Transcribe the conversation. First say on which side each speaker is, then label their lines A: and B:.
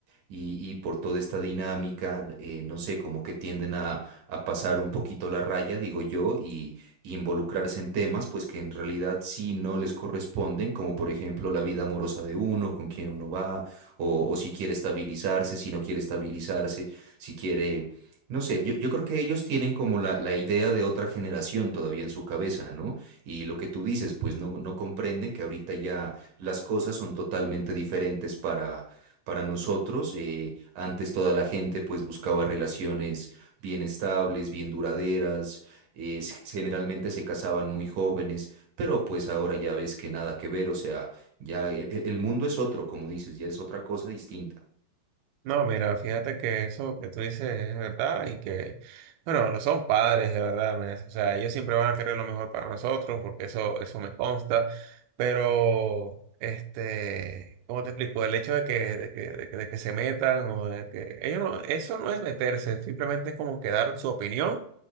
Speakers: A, on the right; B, on the right.
A: y, y por toda esta dinámica, eh, no sé, como que tienden a, a pasar un poquito la raya, digo yo, y, y involucrarse en temas, pues que en realidad sí no les corresponden, como por ejemplo la vida amorosa de uno, con quién uno va, o, o si quiere estabilizarse, si no quiere estabilizarse, si quiere no sé, yo, yo creo que ellos tienen como la, la idea de otra generación todavía en su cabeza, ¿no? Y lo que tú dices, pues no, no comprenden que ahorita ya las cosas son totalmente diferentes para, para nosotros. Eh, antes toda la gente pues buscaba relaciones bien estables, bien duraderas, eh, s- generalmente se casaban muy jóvenes, pero pues ahora ya ves que nada que ver, o sea, ya e- e- el mundo es otro, como dices, ya es otra cosa distinta.
B: No, mira, fíjate que eso que tú dices es verdad y que, bueno, no son padres, de verdad, me- o sea, ellos siempre van a querer lo mejor para nosotros porque eso, eso me consta, pero, este, ¿cómo te explico? El hecho de que, de que, de que, de que se metan o de que ellos no, eso no es meterse, simplemente es como que dar su opinión,